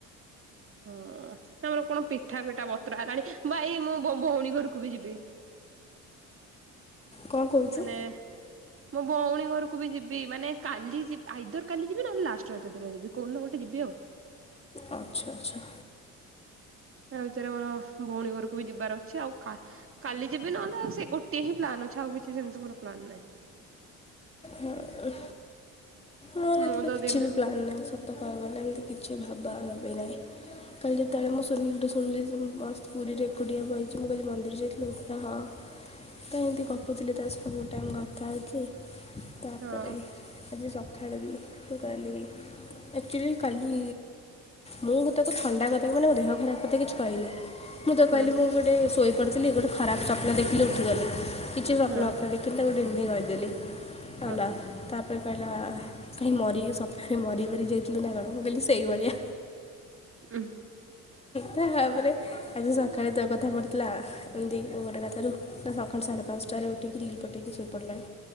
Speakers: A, on the right; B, on the left.
A: ହଁ ଆମର କଣ ପିଠା ପିଠା ବତ୍ରା ହେଲାଣି ଭାଇ ମୁଁ ଭ ଭ ଭଉଣୀ ଘରକୁ ବି ଯିବି।
B: କଣ କହୁଛୁ?
A: ମାନେ ମୋ ଭଉଣୀ ଘରକୁ ବି ଯିବି ମାନେ କାଲି ଯି ଆଇଦର କାଲି ଯିବି ନହେଲେ ଲାଷ୍ଟ ରଜ ଦିନ ଯିବି କହୁନି ଗୋଟେ ଯିବି ଆଉ।
B: ଆଚ୍ଛା ଆଚ୍ଛା।
A: ତା ଭିତରେ ମୋର ଭଉଣୀ ଘରକୁ ବି ଯିବାର ଅଛି ଆଉ କା କାଲି ଯିବି ନହେଲେ ଆଉ ସେ ଗୋଟିଏ ହିଁ ପ୍ଲାନ୍ ଅଛି ଆଉ କିଛି ସେମିତି ମୋର ପ୍ଲାନ୍ ନାହିଁ।
B: ହଁ ମୋର
A: ମୁଁ
B: ଏଥିର
A: ତ
B: କିଛି
A: ଦିନ
B: ବି ପ୍ଲାନ୍ ନାହିଁ ସବୁ କହିବାର ନା ଏମିତି କିଛି ଭାବା ଭାବି ନାହିଁ କାଲି ଯେତେବେଳେ ମୁଁ ଶୁନିଲି ଠୁ ଶୁଣିଲି ସେ ମସ୍ତ ପୁରୀରେ ଏକୁଟିଆ ବଇଛି ମୁଁ କହିଲି ମନ୍ଦିର ଯାଇଥିଲି ହଁ ତ ଏମିତି ଗପୁଥିଲି ତା ସହିତ ବହୁ ଟାଇମ୍ କଥା ହେଇଛି ତାପରେ
A: ହଁ।
B: ଆଜି ସକାଳୁ ବି ମୁଁ କହିଲି ଆକ୍ଚୁଆଲି କାଲି ମୁଁ ତାକୁ ଥଣ୍ଡା କଥା ମାନେ ମୋ ଦେହ ଖରାପ କଥା କିଛି କହିନି। ମୁଁ ତାକୁ
A: ହୁଁ
B: କହିଲି ମୁଁ ଗୋଟେ ସୋ କରିଥିଲି ଗୋଟେ ଖରାପ ସପ୍ନ ଦେଖିଲି ଉଠିଗଲି। କିଚେପଣପଣ
A: ହଁ
B: ଦେଖି କରିଦେଲି। ହେଲା
A: ହଁ
B: ତାପରେ କହିଲା କାହିଁ ମରି ସପ୍ନରେ ମରି ମରି ଯାଇଥିଲୁ ନା କଣ ମୁଁ କହିଲି ସେଇଭଳିଆ
A: ଉଁ।
B: ତାପରେ ଆଜି ସକାଳେ ତ କଥା ପ଼ଥିଲା ଏମିତି ଗୋଟେ କଥାରୁ ନା ସକାଳ ସାଢ଼େ ପାଞ୍ଚଟାରେ ଉଠିକି ରିଲ୍ ପଠେଇକି ଶୋଇପଡ଼ିଲାଣି